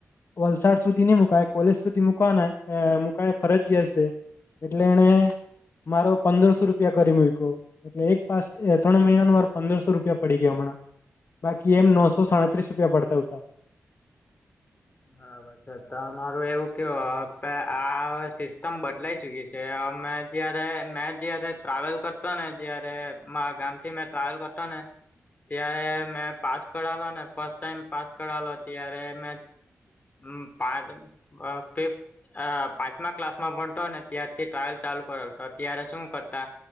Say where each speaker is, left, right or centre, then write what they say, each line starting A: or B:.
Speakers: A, on the left (about 55°); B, on the left (about 35°).
A: વલસાડ સુધી ની મુૂકાય કોલેજ સુધી મુકાના એ કઈ ફરજી હશે એટલે એને મારો પંદરસો રૂપિયા કરી મૂયકુ એટલે એક પાસે એ ત્રણ મહિના નો પંદરસો રૂપિયા પડી ગયા હમણાં. બાકી એમ નોસો સાડત્રીસ રૂપિયા પડતા હુતા.
B: હા બા અચ્છા તમારું એવું કેવું આ સિસ્ટમ બદલાઈ ચુકી છે અમે. જયારે મેં જયારે ટ્રાવેલ કરતો ને જયારે મારા ગામ થી મેં ટ્રાવેલ કરતો ને. ત્યારે મેં પાસ કરાવલો ને ફસ્ટ ટાઈમ પાસ કરાવલો ત્યારે મે. હમ્મ પાંચ ફિફ અ પાંચમા ક્લાસમાં ભણતોને ત્યારથી ટ્રાવલ ચાલુ કરેલુ ત્યારે શું કરતા.